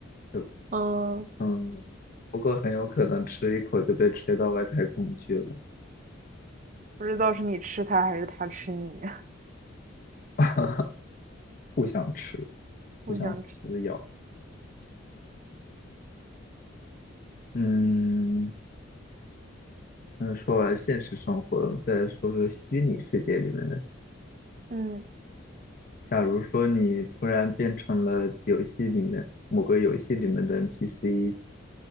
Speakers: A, on the left (about 45°); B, on the right (about 40°).
A: 有，
B: 嗯，
A: 嗯，不过很有可能吃一口就被吹到外太空去了。
B: 不知道是你吃它还是它吃你。<laughs>
A: <laughs> 不想吃，
B: 我想吃，
A: 不想撕咬。嗯，那说完现实生活，我们再说说虚拟世界里面的。
B: 嗯，
A: 假如说你突然变成了游戏里面某个游戏里面的 NPC，